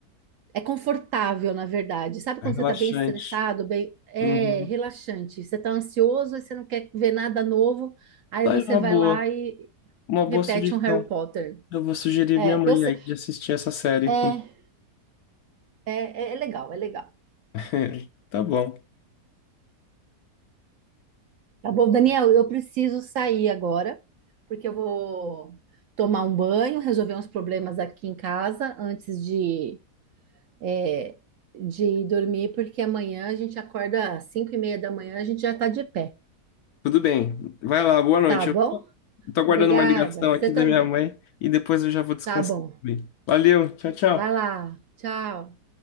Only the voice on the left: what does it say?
É
Relaxante.
Uhum.
Tá
aí uma
boa,
uma boa
sugestão.
Eu vou sugerir
minha mãe
aí de assistir essa série.
<laughs> Tá bom.
Tudo bem. Vai lá, boa noite.
Eu tô aguardando
uma ligação
aqui
da minha mãe e depois eu já vou descansar
também. Valeu, tchau, tchau.